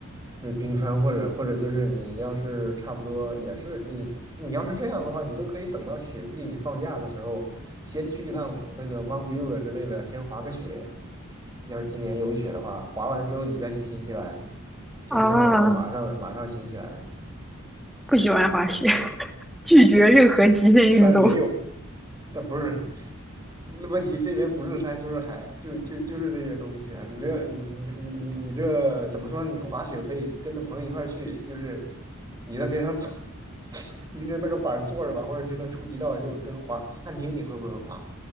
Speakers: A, on the right; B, in the centre.
A: 那冰川或者或者就是你要是差不多也是你你要是这样的话，你都可以等到雪季，你放假的时候先去一趟那个 Mount Buller 之类的，先滑个雪。要是今年有雪的话，滑完之后你再去新西兰，天气好的话马上马上新西兰。
B: 啊，不喜欢滑雪，<laughs> 拒绝任何极限运动。
A: 但是也有。但不是那问题，这边不是山就是海，就就就是这些东西啊！你这你你你你你这怎么说呢你滑雪可以跟着朋友一块儿去，就是你在边上坐，<laughs> 拎着那个板儿坐着吧，或者去那初级道，就跟滑旱冰，你会不会滑？